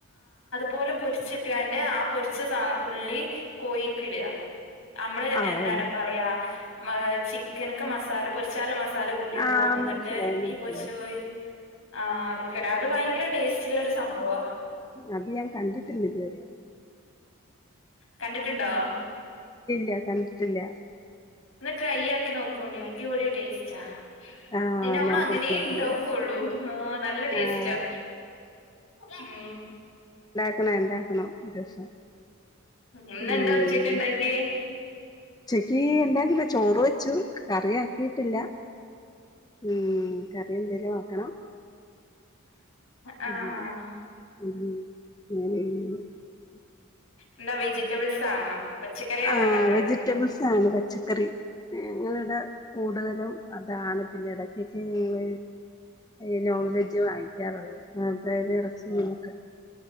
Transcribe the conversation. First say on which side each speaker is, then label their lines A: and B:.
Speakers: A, on the left; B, on the left.
A: പോലെ പൊരിച്ചിട്ട്കാണ്ട് ആ പൊര്ച്ച സാ ഉള്ളി കോഴിക്ക്ടാ അമ്മള്
B: ആഹ്
A: എന്താണ്
B: ഓ
A: പറയാ മ് ചിക്കന്ക്ക്‌ മസാല പൊരിച്ചാള്ള മസ് സാല കൂട്ടിയേക്കും
B: ആഹ്
A: ഇന്നിട്ട്
B: മനസ്സിലായി മനസ്സിലായി
A: ഈ പൊരിച്ച കോയി ആഹ് അത്ക്ക്‌ടാ അത് ഭയങ്കര ടേസ്റ്റ് ഇള്ള ഒരു സംഭവാ.
B: അത് ഞാൻ കണ്ടിട്ടില്ല ഇതുവരെ.
A: കണ്ടിട്ട്ണ്ടോ?
B: ഞാൻ കണ്ടിട്ടില്ല.
A: ഒന്ന് ട്രൈ ആക്കി നോക്കോണ്ടി അടിപൊളി ടേസ്റ്റാ
B: ആഹ്
A: പിന്നമ്മള്
B: നോക്കണം
A: അങ്ങനേ
B: നോക്കണം
A: ഇണ്ടാക്കൊള്ളു ആ നല്ല ടേസ്റ്റാ
B: ആഹ്
A: ഉം
B: ക്കണം ഇണ്ടാക്കണം ഒരൂസം.
A: ഇന്നെന്താ
B: ഉം
A: ഉച്ചക്ക് ഉണ്ടാക്കിയേ
B: ഉച്ചക്കി ഇണ്ടാക്കില ചോറ് വെച്ചു കറി ആക്കീട്ടില്ല. ഉം കറി എന്തേലും ആക്കണം.
A: ആഹ്
B: അങ്ങനെ ഉം <inaudible>
A: എന്താ വെജിറ്റബിൾസ് ആണോ പച്ചക്കറികളാണോ
B: ആഹ്
A: ഉണ്ടാക്കുന്നെ
B: വെജിറ്റബിൾസ് ആണ് പച്ചക്കറി ഞങ്ങളിവടെ കൂടുതലും അതാണ് പിന്നെ എടക്കെക്കെ ഇങ്ങള് ഈ നോൺ വെജ് വാങ്ങിക്കാറൊള്ളു അങ്ങനത്തേയ്ന് എറച്ചി മീനൊക്കെ